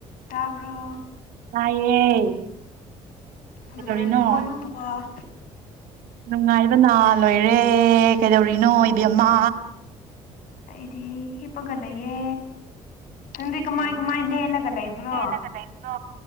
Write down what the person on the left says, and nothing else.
ꯇꯥꯕ꯭ꯔꯣ
ꯅꯨꯡꯉꯥꯏꯔꯤꯕꯣ ꯅꯪꯕꯣ
ꯑꯩꯗꯤ ꯍꯤꯄꯒ ꯂꯩꯌꯦ ꯅꯪꯗꯤ ꯀꯃꯥꯏ
ꯀꯃꯥꯏ ꯂꯦꯜꯂꯒ ꯂꯩꯕ꯭ꯔꯣ